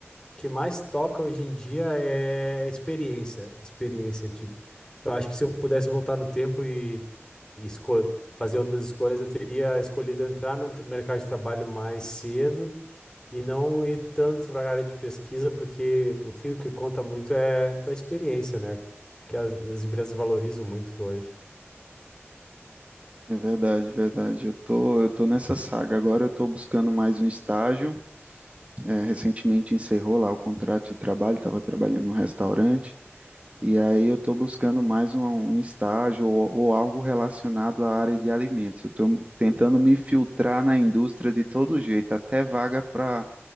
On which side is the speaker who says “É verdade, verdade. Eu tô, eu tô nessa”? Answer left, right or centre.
Right